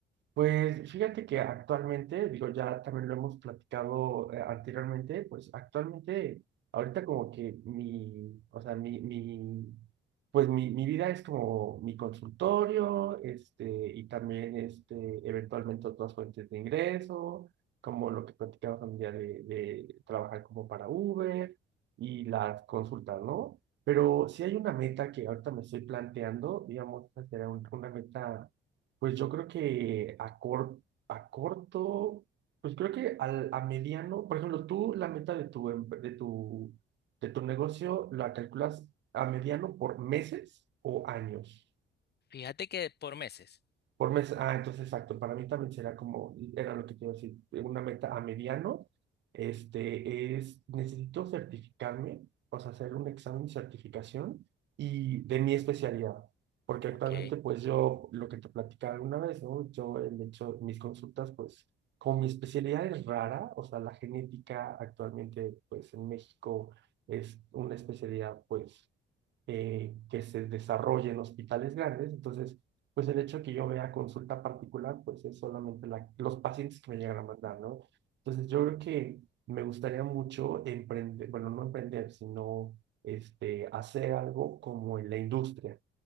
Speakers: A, on the right (about 65°); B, on the left (about 55°).
A: Pues fíjate que actualmente, digo, ya también lo hemos platicado eh, anteriormente, pues actualmente, ahorita como que mi, o sea, mi, mi, pues mi, mi vida es como mi consultorio, este, y también, este, eventualmente otras fuentes de ingreso, como lo que platicamos un día de, de trabajar como para Uber y las consultas, ¿no? Pero si hay una meta que ahorita me estoy planteando, digamos, esa será un- una meta pues yo creo que a, cor- a corto, pues creo que al, a mediano, por ejemplo, tú la meta de tu, em- de tu, de tu negocio la calculas a mediano por meses o años.
B: Fíjate que por meses.
A: Por mes, ah, entonces exacto, para mí también será como, era lo que te iba a decir, una meta a mediano, este, es, necesito certificarme, o sea, hacer un examen de certificación y de mi especialidad, porque
B: Ok,
A: actualmente pues yo, lo que te platicaba alguna vez, ¿no? Yo, de hecho, mis consultas pues, como mi especialidad es rara, o sea, la genética actualmente pues en México es una especialidad pues eh, que se desarrolle en hospitales grandes. Entonces, pues el hecho de que yo vea consulta particular, pues es solamente la, los pacientes que me llegan a mandar, ¿no? Entonces, yo creo que me gustaría mucho emprender, bueno, no emprender, sino este, hacer algo como en la industria,